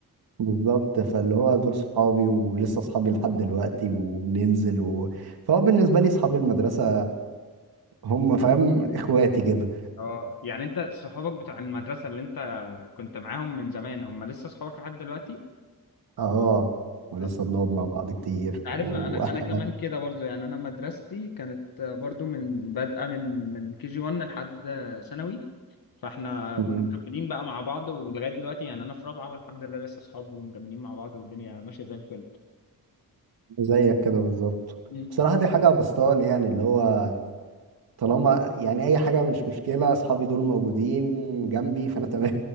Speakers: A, on the right; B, on the left.
A: بالظبط فاللي هو دول صحابي ولسه صحابي لحد دلوقتي وبننزل و... فهو بالنسبة لي صحاب المدرسة هم فاهم اخواتي كده
B: اه يعني انت صحابك بتوع المدرسه اللي انت كنت معاهم من زمان هم لسه صحابك لحد دلوقتي
A: اه ولسه
B: طب
A: بنقعد مع بعض كتير
B: انت عارف
A: واحسن
B: انا انا كمان
A: حاجة
B: كده برضو يعني انا مدرستي كانت برضو من بادئه من من كي جي 1 لحد ثانوي فاحنا
A: مم.
B: كنا مكملين بقى مع بعض ولغايه دلوقتي يعني انا في رابعه اهو الحمد لله لسه اصحاب ومكملين مع بعض والدنيا ماشيه زي الفل
A: زيك كده بالظبط
B: مم.
A: بصراحة دي حاجة بسطاني يعني اللي هو طالما يعني اي حاجة مش مشكلة اصحابي دول موجودين جنبي فانا تمام